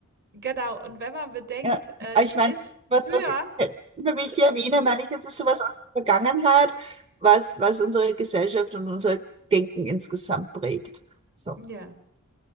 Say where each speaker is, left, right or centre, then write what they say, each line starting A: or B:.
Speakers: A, on the right; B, on the right.
A: genau, und wenn man bedenkt,
B: Ja,
A: äh,
B: aber
A: die
B: ich meine,
A: ist
B: was,
A: früher
B: was, ich immer wenn ich die erwähne, meine ich, jetzt ist sowas aus der Vergangenheit, was, was unsere Gesellschaft und unser Denken insgesamt prägt. So,
A: ja,